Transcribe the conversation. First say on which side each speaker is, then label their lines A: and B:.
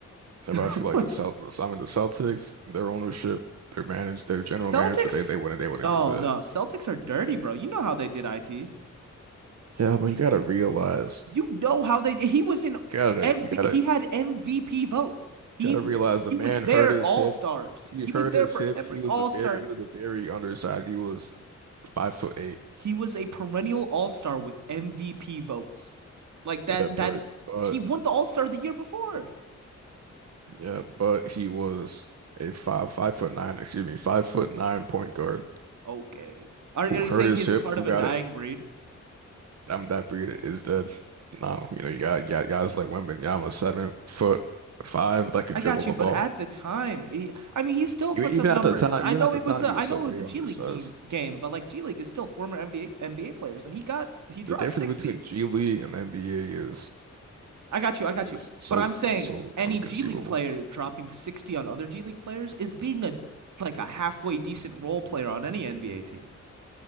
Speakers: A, on the right; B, on the right.
A: And I feel
B: <laughs>
A: like the South, I mean, the Celtics, their ownership, their manage, their general
B: Celtics.
A: manager, they they wouldn't they wouldn't
B: Oh
A: do that.
B: no, Celtics are dirty, bro. You know how they did IT.
A: Yeah, but you gotta realize,
B: You know how they. He was in
A: you gotta
B: MV,
A: you gotta
B: he had MVP votes. He
A: gotta realize the
B: he
A: man
B: was there
A: hurt his
B: All
A: hip.
B: Stars.
A: He
B: He was
A: hurt
B: there
A: his
B: for
A: hip.
B: every
A: He was
B: All
A: a very
B: Star.
A: he was a very undersized. He was five foot eight.
B: He was a perennial All Star with MVP votes. Like that.
A: Yeah, but
B: That
A: but
B: he won the All Star the year before. <laughs>
A: yeah, but he was a five five foot nine, excuse me, five foot nine point guard
B: Okay. Are are
A: who hurt
B: you saying
A: his
B: he's
A: hip,
B: a part
A: who
B: of
A: got
B: a dying
A: it.
B: breed?
A: I mean that breed is dead now. You know, you got you got guys like Wembanyama, seven foot five that could
B: I
A: dribble
B: got
A: the
B: you, but
A: ball.
B: at the time, he, I mean, he still
A: You
B: puts
A: even
B: up numbers.
A: at the time,
B: I
A: even
B: know
A: at the
B: it
A: time,
B: was a,
A: you
B: I
A: was
B: know
A: still
B: it
A: way
B: was a G
A: undersized.
B: League game, game, but like G League is still former NBA NBA players, and he got s- he dropped
A: The difference
B: 60.
A: between G League and NBA is
B: I got you, I got
A: is
B: you.
A: so
B: But I'm saying
A: is so
B: any
A: inconceivable.
B: G League player dropping 60 on other G League players is being a like a halfway decent role player on any NBA team.